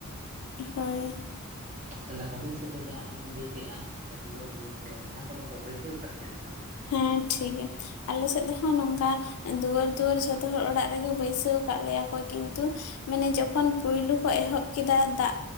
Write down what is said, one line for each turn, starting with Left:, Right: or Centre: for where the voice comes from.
Left: ᱦᱳᱭ ᱾
Right: ᱛᱟᱞᱦᱮ ᱟᱹᱵᱤᱱ ᱥᱮᱫ ᱫᱚ ᱡᱟᱦᱟᱸ ᱞᱤᱧ ᱞᱟᱹᱭ ᱠᱮᱜᱼᱟ, ᱚᱱᱠᱟ ᱫᱩᱣᱟᱹᱨ ᱫᱩᱣᱟᱹᱨ ᱴᱮᱯ ᱚᱱᱟ ᱠᱚᱫᱚ ᱠᱚ ᱵᱟᱹᱭᱥᱟᱹᱣ ᱠᱟᱜ ᱯᱮᱭᱟ ᱥᱮ ᱵᱟᱝ ᱛᱟᱦᱚᱞᱮ?
Left: ᱦᱮᱸ, ᱴᱷᱤᱠ ᱜᱮᱭᱟ ᱾ ᱟᱞᱮ ᱥᱮᱫ ᱦᱟᱸᱜ ᱱᱚᱝᱠᱟ ᱫᱩᱣᱟᱹᱨ ᱫᱩᱣᱟᱹᱨ ᱡᱷᱚᱛᱚ ᱦᱚᱲ ᱚᱲᱟᱜ ᱨᱮᱜᱮ ᱵᱟᱹᱭᱥᱟᱹᱣ ᱠᱟᱜ ᱞᱮᱭᱟ ᱠᱚ, ᱠᱤᱱᱛᱩ ᱢᱟᱱᱮ ᱡᱚᱠᱷᱚᱱ ᱯᱳᱭᱞᱩ ᱠᱚ ᱮᱦᱚᱵ ᱠᱮᱫᱟ ᱫᱟᱜ